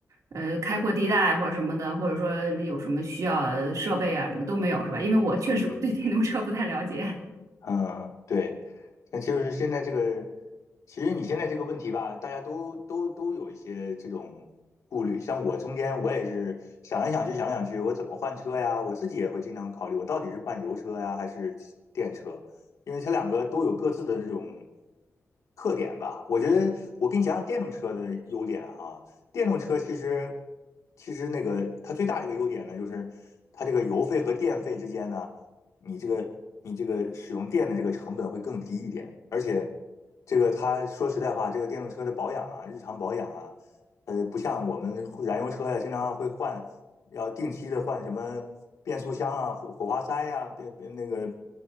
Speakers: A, on the right; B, on the left.
A: 呃开阔地带或者什么的，或者说有什么需要设备啊什么都没有是吧？因为我确实对电动车不太了解。
B: 嗯，嗯，对，那就是现在这个，其实你现在这个问题吧，大家都都都有一些这种顾虑。像我中间我也是想来想去，想来想去，我怎么换车呀？我自己也会经常考虑，我到底是换油车呀，还是电车？因为它两个都有各自的这种特点吧。我觉得我给你讲讲电动车的优点哈。电动车其实其实那个它最大的一个优点呢，就是它这个油费和电费之间呢。你这个你这个使用电的这个成本会更低一点，而且这个他说实在话，这个电动车的保养啊，日常保养啊，呃，不像我们燃油车呀、经常会换，要定期的换什么变速箱啊、火火花塞呀、变变那个